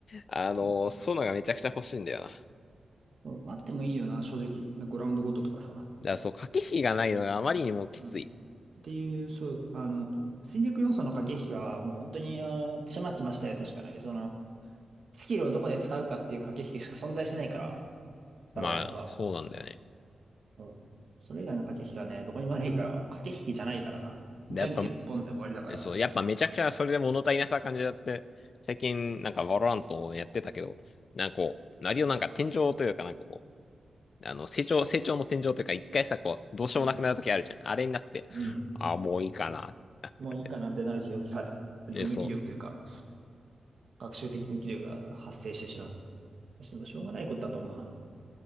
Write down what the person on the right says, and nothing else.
ん。
うんあってもいいよな、正直。ねグラウンドごととかさ。
うん。っていう、そう、あの、戦略要素の駆け引きが、もう本当に、あの、ちまちましたやつしかない。その、スキルをどこで使うかっていう駆け引きしか存在してないから、バロラントは。
うん。それ以外の駆け引きはね、どこにもないから、駆け引きじゃないからな。
じゃんけんポンで終わりだから。
うん。
うん
もういいかなってなる日がある。割と無気力というか、
学習的無気力が発生してしまう。でもしょうがないことだと思うな。